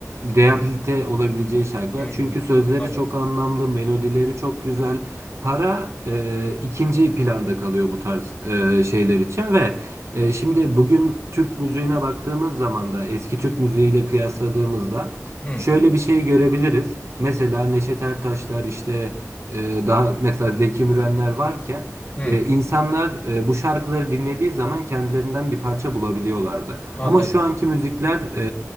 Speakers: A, on the right; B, on the left.
A: rehabilite olabileceği şarkılar.
B: Hmm.
A: Çünkü sözleri
B: Anladım.
A: çok anlamlı, melodileri çok güzel. Para e, ikinci planda kalıyor bu tarz e, şeyler için ve e, şimdi bugün Türk müziğine baktığımız zaman da eski Türk müziğiyle kıyasladığımızda
B: Hmm.
A: şöyle bir şey görebiliriz. Mesela Neşet Ertaşlar işte e, daha mesela Zeki Mürenler varken
B: Hmm.
A: ee, insanlar e, bu şarkıları dinlediği zaman kendilerinden bir parça bulabiliyorlardı.
B: Anladım.
A: Ama şu anki müzikler e,